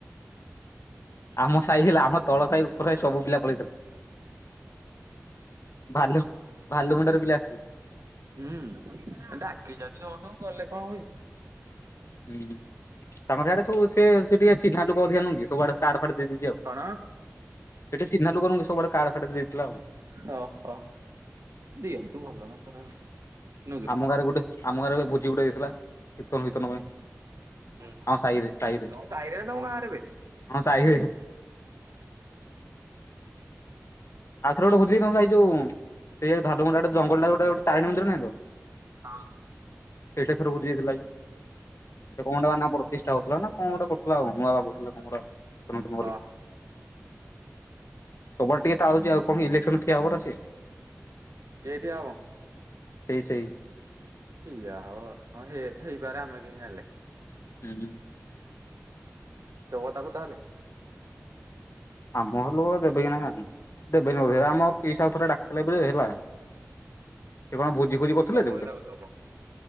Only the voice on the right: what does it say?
ହୁଁ ଡାକି ଯାଉଛନ୍ତି ତମ ତଁ ଗଲେ କଣ ହଉଛି?
କଣ
ହ ହ, ଦିଅନ୍ତୁ ଭଲ ନା ଖରାପ ନୁକରେ
ହୁଁ।
ସାହିରେ ମ ଗାଁ ରେ ବେ
ହଁ।
ହଁ
ଏଠିଆ ହବ
ଠିଆ ହଉ, ହଁ ହେ ହେଇପାରେ, ଆମେ କିମିତି ଜାଣିଲେ।
ତ କ ତାକୁ ତାହେଲେ
ଦବ
ବି ତାକୁ ଦବ